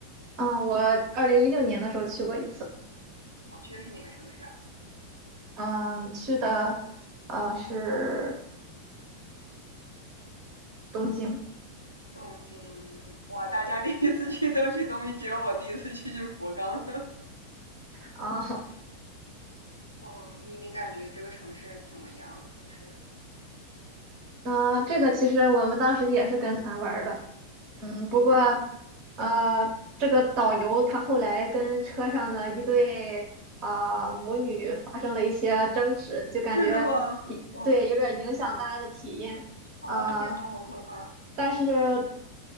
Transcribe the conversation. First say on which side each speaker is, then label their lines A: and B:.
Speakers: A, on the right (about 40°); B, on the right (about 85°).
A: 嗯，我二零一六年的时候去过一次。
B: 啊，去的是哪个城市啊？
A: 嗯，去的呃是东京
B: 东京。哇，大家第一次去都去东京，只有我第一次去去福冈。<laughs>
A: 啊，
B: 嗯，你你感觉这个城市怎么样？就是
A: 那、这个其实我们当时也是跟团玩儿的，嗯，不过呃这个导游他后来跟车上的一对呃母女发生了一些争执，就感觉一对有点儿影响大家的体验，
B: 真的吗？哦，哦，
A: 啊
B: 天呐，好可怕！
A: 但是呃
B: 嗯，